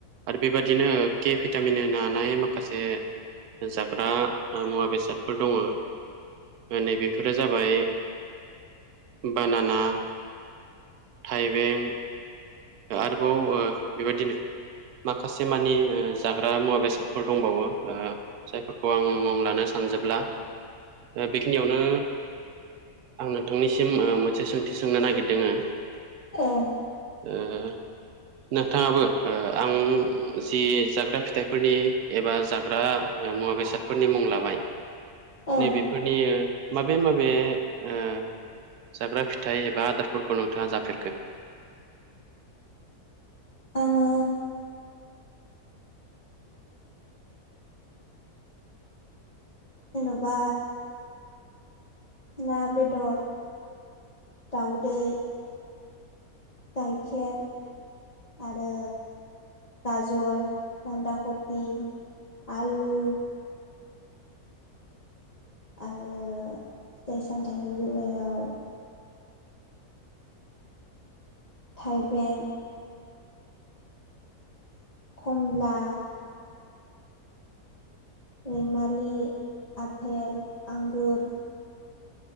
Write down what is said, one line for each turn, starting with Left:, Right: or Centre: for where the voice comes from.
Right: आरो बेबादिनो के भिटामिन होनो माखासे जाग्रा मुवा बेसादफोर दङ। नै बेेफोरो जाबाय बानाना थाइबें आरोबाव ओ बेबायदिनो माखासे मानि जाग्रा मुवा बेसादफोर दंबावो ओ जायफोरखौ आं मुं लानो सानजोब ब्ला बेखिनियावनो आं नोंथांनिसिम ओ मोनसे सोंथि सोंनो नागिरदोंङो
Left: औ
Right: ओ नोंथाङाबो ओ आं जि जाग्रा फिथाइफोरनि एबा जाग्रा मु वा-बेसादफोरनि मुं लाबाय
Left: औ
Right: नैबेफोरनि माबे माबे ओ जाग्रा फिथाइ एबा आदारफोरखौ नोंथाङा जाफेरखो
Left: आङो जेनबा ना, बेदर, दावदै गायखेर आरो गाजर बान्दा कफि आलु आरो फिथाइ सामथाइनि बेलायाव थाइबें खमला
Right: <inaudible>
Left: रिमालि आपेल आंगुर